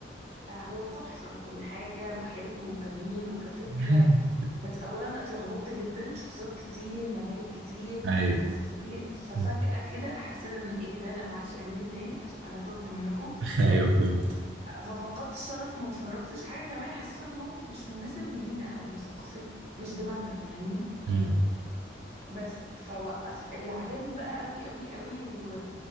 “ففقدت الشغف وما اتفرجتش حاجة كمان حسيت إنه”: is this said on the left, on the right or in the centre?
Right